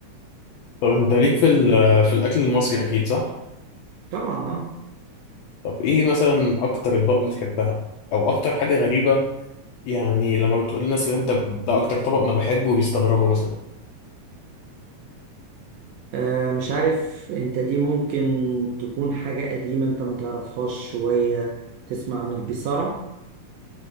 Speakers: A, on the left; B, on the right.
A: طب انت ليك في ال- في الاكل المصري اكيد صح
B: طبعا اه
A: طب ايه مثلا اكتر اطباق بتحبها او اكتر حاجه غريبه يعني لما بتقول للناس اللي انت ده اكتر طبق انا بحبه بيستغربوا مثلا
B: آه، مش عارف انت دي ممكن تكون حاجة قديمة انت ما تعرفهاش شوية تسمع عن البيسارة